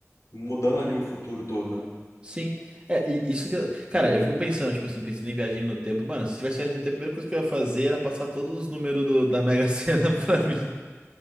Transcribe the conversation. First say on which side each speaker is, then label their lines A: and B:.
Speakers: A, on the left; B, on the right.
A: Mudando ali o futuro todo, né?
B: Sim. É, e isso que. eu- Cara, eu fico pensando, tipo assim, pensando em viagem no tempo. Mano, se tivesse viagem no tempo, a primeira coisa que eu ia fazer era passar todos os números do- da Mega Sena <laughs> pra mim.